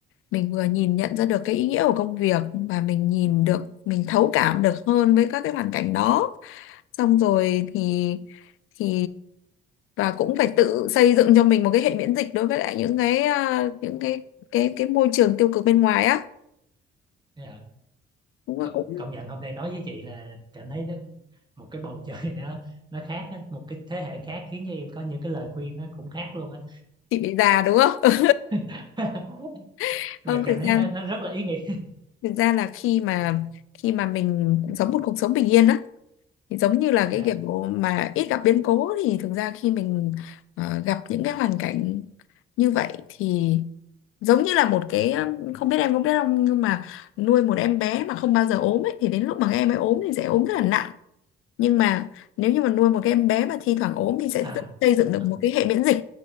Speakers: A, on the left; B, on the right.
A: mình vừa nhìn nhận ra được cái ý nghĩa của công việc và mình nhìn được mình thấu cảm được hơn với các cái hoàn cảnh đó xong rồi thì thì và cũng phải tự xây dựng cho mình một cái hệ miễn dịch đối với lại những cái à, những cái cái cái môi trường tiêu cực bên ngoài á
B: dạ
A: đúng là
B: C-
A: cũng
B: công nhận hôm nay nói với chị là cảm thấy nó một cái bầu trời <laughs> nó nó khác á, một cái thế hệ khác khiến cho em có những cái lời khuyên nó cũng khác luôn á
A: chị bị già đúng không
B: <laughs>
A: <laughs>
B: mà
A: không
B: cảm
A: thực
B: thấy
A: ra
B: nó nó rất là ý nghĩa
A: thực ra là khi mà
B: dạ
A: khi mà mình sống một cuộc sống bình yên á thì giống như là
B: dạ
A: cái kiểu mà ít gặp biến cố thì thực ra khi mình ờ, gặp những cái hoàn cảnh như vậy thì giống như là một cái um, không biết em có biết không nhưng mà nuôi một em bé mà không bao giờ ốm ấy thì đến lúc mà các em ấy ốm thì sẽ ốm rất là nặng nhưng mà nếu như mà nuôi một cái em bé mà thi thoảng ốm thì sẽ
B: à
A: tự xây dựng
B: đúng
A: được
B: rồi
A: một cái hệ miễn dịch